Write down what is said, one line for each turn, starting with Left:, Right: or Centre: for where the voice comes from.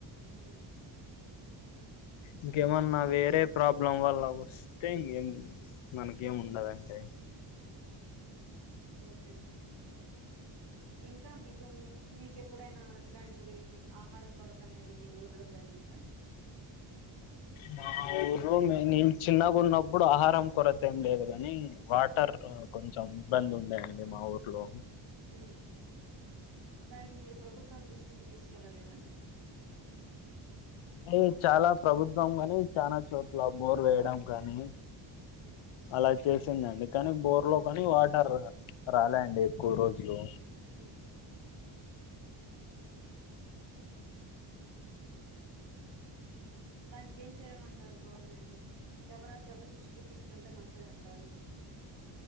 Right: హ
Left: ఇంకేమన్నా వేరే ప్రాబ్లం వల్ల వస్తే ఇంకేం మనకేం ఉండదండి
Right: ఓకే సార్ ఇంకా మీ మీక ఎప్పుడైనా ఇలాంటివి ఆహార కొరత అనేది మీ ఊర్లో జరిగిందా
Left: మా ఊరులో నేను చిన్నగున్నప్పుడు ఆహారం కొరద్దేం లేదు గాని వాటర్
Right: హ్మ్
Left: కొంచెం ఇబ్బందుండే అండి మా ఊర్లో
Right: హ్మ్మ్ దానికి మీరు ప్రభుత్వం దృష్టికి తీసుకెళ్ళలేదా?
Left: అంటే చాలా ప్రభుత్వం గాని, చానా చోట్ల బోర్ వేయడం గానీ
Right: హ్మ్
Left: అలా చేస్ వచ్చిందండి కానీ బోర్ లో కానీ వాటర్ రాలే అండి ఎక్కువ రోజులు
Right: హ్మ్మ్ దానికేం చేయాలంటారు గవర్నమెంట్? ఎవర ఎవరి దృష్టికి తీసుకెళ్తే మంచిదంటారు